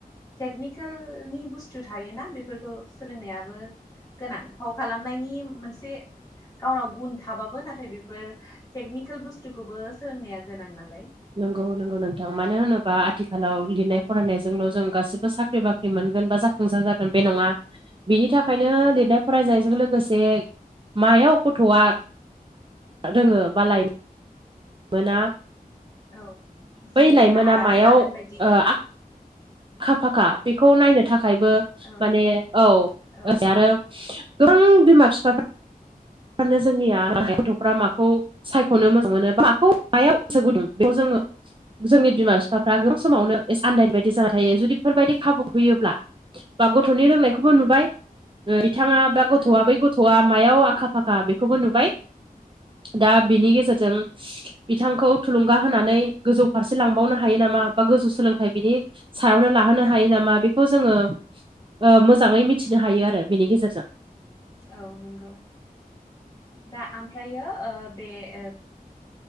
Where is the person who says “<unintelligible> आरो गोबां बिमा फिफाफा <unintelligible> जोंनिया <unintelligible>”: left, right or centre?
Right